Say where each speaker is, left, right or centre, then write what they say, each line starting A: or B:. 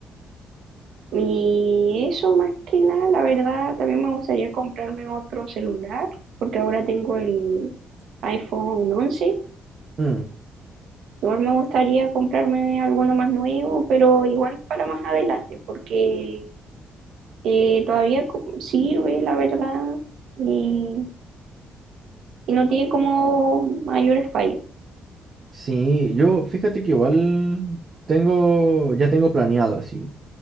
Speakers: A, on the right; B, on the right.
A: y eso más que nada, la verdad, también me gustaría comprarme otro celular, porque ahora tengo el iPhone once
B: Mm.
A: Igual me gustaría comprarme alguno más nuevo, pero igual para más adelante, porque eh, todavía co- sirve, la verdad, y, y no tiene como mayores fallas,
B: Sí, yo fíjate que igual tengo, ya tengo planeado, sí,